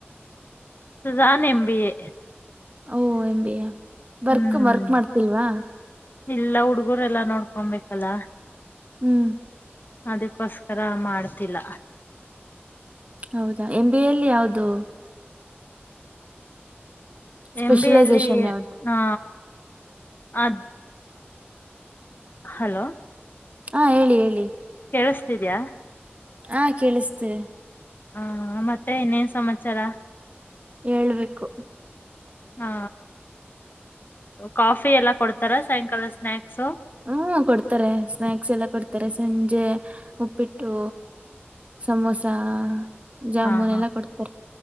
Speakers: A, on the left; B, on the right.
A: ನಾನ್ M B A
B: O M B ಯಾ ವರ್ಕ್
A: ಹ್ಮ್
B: ವರ್ಕ್ ಮಾಡ್ತಿಲ್ವಾ?
A: ಇಲ್ಲ ಹುಡ್ಗರೆಲ್ಲಾ ನೋಡ್ಕೊಂಬೇಕಲ್ಲ.
B: ಹ್ಮ್
A: ಅದುಕ್ಕೋಸ್ಕರ ರ ಮಾಡ್ತಿಲ್ಲ.
B: ಹೌದಾ ಎಂ ಬಿ ಎಲ್ಲಿ ಯಾವ್ದು? ಸ್ಪೆಷಲೈಸೇಷನ್
A: ಎಂ ಬಿ ಎಲ್ಲಿ
B: ಯಾವ್ದು
A: ಹಾ ಆ ಹಲೋ
B: ಹಾ ಹೇಳಿ ಹೇಳಿ
A: ಕೇಳಿಸ್ತಿದಿಯಾ?
B: ಹಾ ಕೇಳಿಸ್ತಿದೆ
A: ಹಾ ಮತ್ತೆ ಇನ್ನೇನ್ ಸಮಾಚಾರ
B: ಹೇಳ್ಬೇಕು
A: ಹಾ ಕಾಫಿ ಎಲ್ಲ ಕೊಡ್ ತರ ಸಾಯಂಕಾಲ ಸ್ನಾಕ್ಸ್?
B: ಹ್ಮ ಕೊಡ್ತಾರೆ ಸ್ನಾಕ್ಸ್ ಎಲ್ಲ ಕೊಡ್ತಾರೆ ಸಂಜೆ ಉಪ್ಪಿಟ್ಟು, ಸಮೋಸ ಜಾಮೂನ್
A: ಹಾ ಹಾ
B: ಎಲ್ಲಾ ಕೊಡ್ ಕಡ್